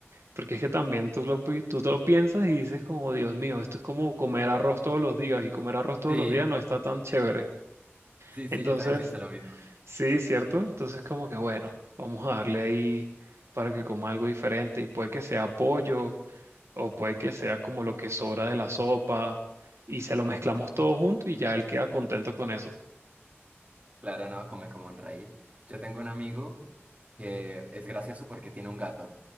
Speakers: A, on the right; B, on the right.
A: Porque es que también tú, lo, pi- tú te lo piensas y dices como, Dios mío, esto es como comer arroz todos los días y comer arroz todos
B: Sí,
A: los días no está tan chévere.
B: sí, sí,
A: Entonces,
B: yo también pienso lo mismo.
A: sí, ¿cierto? Entonces como que, bueno, vamos a darle ahí para que coma algo diferente y puede que sea pollo o puede que sea como lo que sobra de la sopa y se lo mezclamos todo junto y ya él queda contento con eso.
B: Claro, no, come como un rey. Yo tengo un amigo. que es gracioso porque tiene un gato.